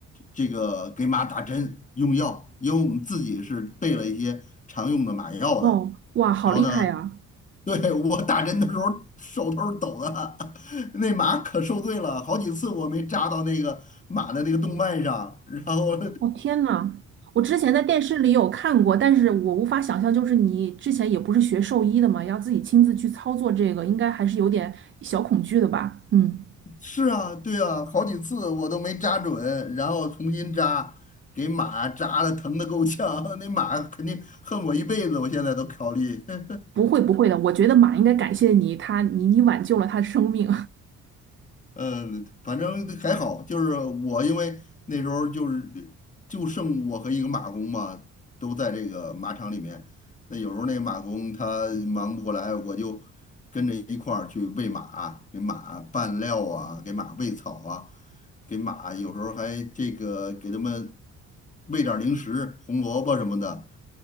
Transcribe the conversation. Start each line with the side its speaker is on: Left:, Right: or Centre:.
Left: 这个给马打针用药，因为我们自己是备了一些常用的马药的。
Right: 哦，哇，好厉害呀！
Left: 然后呢，对，我打针的时候手都是抖的，<laughs> 那马可受罪了，好几次我没扎到那个马的那个动脉上，然后
Right: 哦，天呐，我之前在电视里有看过，但是我无法想象，就是你之前也不是学兽医的嘛，要自己亲自去操作这个，应该还是有点小恐惧的吧？嗯，
Left: <laughs> 是啊，对啊，好几次我都没扎准，然后重新扎，给马扎的疼的够呛，<laughs> 那马肯定恨我一辈子，我现在都考虑。<laughs>
Right: 不会不会的，我觉得马应该感谢你，它你你挽救了它的生命。
Left: 嗯，反正还好，就是我因为那时候就是就剩我和一个马工嘛，都在这个马场里面。那有时候那个马工他忙不过来，我就跟着一块儿去喂马，给马拌料啊，给马喂草啊，给马有时候还这个给他们喂点儿零食，红萝卜什么的。